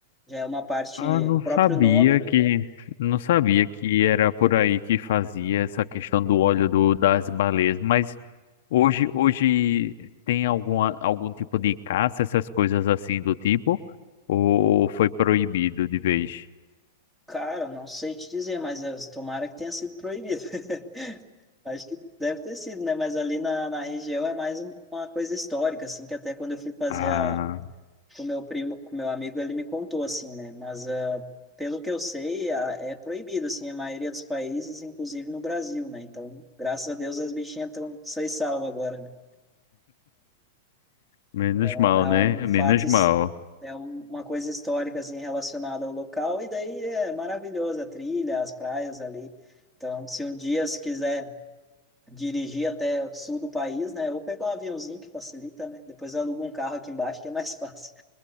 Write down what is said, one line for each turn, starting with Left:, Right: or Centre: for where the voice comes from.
Centre: já é uma parte,
Left: Ah, não
Centre: próprio
Left: sabia
Centre: nome,
Left: que não sabia que era por aí que fazia essa questão do óleo do, das baleias, mas hoje hoje tem alguma, algum tipo de caça, essas coisas assim do tipo, ou, ou foi proibido de vez?
Centre: Cara, não sei te dizer, mas eh, tomara que tenha sido proibido. <laughs> Acho que deve ter sido, né? Mas ali na, na região é mais um- uma coisa histórica, assim, que até quando eu fui fazer
Left: Ah.
Centre: a, com meu primo, com meu amigo, ele me contou, assim, né? Mas ah, pelo que eu sei, a- é proibido, assim, a maioria dos países, inclusive no Brasil, né? Então, graças a Deus, as bichinhas estão são salvas agora, né?
Left: Menos
Centre: É um,
Left: mal,
Centre: é
Left: né?
Centre: um fato,
Left: Menos
Centre: his-
Left: mal.
Centre: é um- uma coisa histórica assim relacionada ao local, e daí é maravilhosa a trilha, as praias ali. Então, se um dia se quiser dirigir até o sul do país, né, ou pegar um aviãozinho que facilita, né? Depois aluga um carro aqui embaixo que é mais <laughs> fácil.